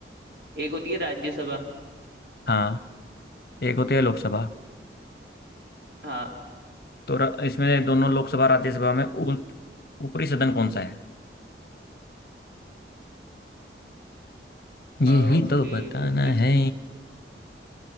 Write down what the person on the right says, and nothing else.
एक होती है राज्यसभा
हाँ
ओके
ओपी
से